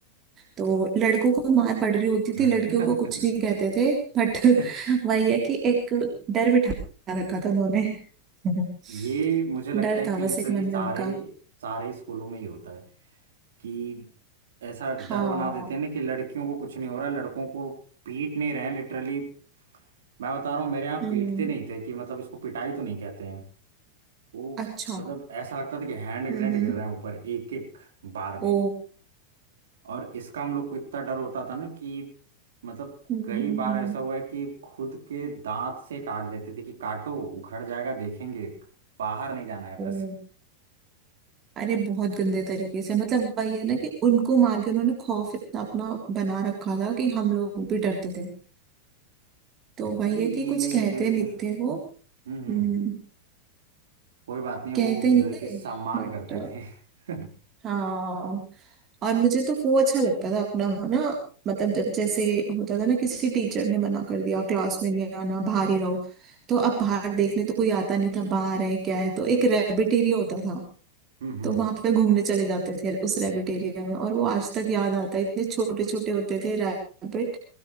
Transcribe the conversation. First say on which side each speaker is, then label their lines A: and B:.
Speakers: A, on the right (about 30°); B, on the right (about 60°).
A: तो लड़कों को मार पड़ रही होती
B: हम्म
A: थी लड़कियों को कुछ नहीं कहते थे बट <laughs>
B: <laughs>
A: वही है कि एक डर बिठा रखा था उन्होंने <laughs>
B: ये मुझे लगता
A: डर
B: है
A: था
B: कि
A: बस
B: लिटरली
A: एक मन
B: सारे
A: में उनका
B: सारे स्कूलों में ही होता है कि ऐसा डर
A: हाँ
B: बना देते हैं ना कि लड़कियों को कुछ नहीं हो रहा लड़कों को पीट नहीं रहे हैं लिटरली मैं बता रहा हूँ मेरे यहाँ
A: हम्म
B: पीटते नहीं थे कि मतलब इसको पिटाई तो नहीं कहते हैं वो
A: अच्छा
B: मतलब ऐसा लगता था कि हैंड
A: हम्म
B: ग्रेनेड
A: हम्म
B: गिर रहे हैं ऊपर एक एक बार
A: ओ
B: में और इसका हम लोग को इतना डर होता था ना कि मतलब
A: हम्म,
B: कई बार ऐसा हुआ है कि खुद के दांत से काट देते थे कि काटो उखड़ जाएगा देखेंगे बाहर नहीं जाना है बस
A: ओ, अरे बहुत गंदे तरीके से मतलब वही है ना कि उनको मार के उन्होंने खौफ इतना अपना बना रखा था कि हम लोग भी डरते थे तो वही
B: अरे
A: है
B: ये
A: कि कुछ कहते
B: जो है
A: नहीं
B: कि
A: थे वो
B: हम्म हम्म
A: हम्म,
B: कोई बात नहीं वो
A: कहते नहीं
B: जो है
A: थे
B: कि सम्मान
A: बट
B: करते थे <laughs> हम्म
A: हाँ और मुझे तो वो अच्छा लगता था अपना ना मतलब जब जैसे होता था ना किसी टीचर ने मना कर दिया क्लास में नहीं आना बाहर ही रहो तो अब बाहर देखने तो कोई आता नहीं था बाहर है क्या है तो एक रैबिट एरिया होता था
B: हम्म
A: तो वहां पे घूमने चले जाते थे उस रैबिट एरिया में और वो आज तक याद आता है इतने छोटे छोटे होते थे रैबिट